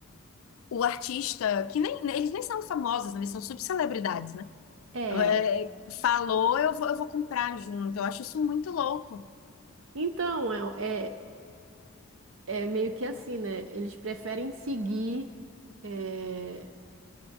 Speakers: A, on the left; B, on the right.
A: o artista, que nem, eles nem são famosos, né? Eles são subcelebridades, né?
B: É.
A: é, falou, eu vou, eu vou comprar junto. Eu acho isso muito louco.
B: Então, é, é, é meio que assim, né? Eles preferem seguir, é,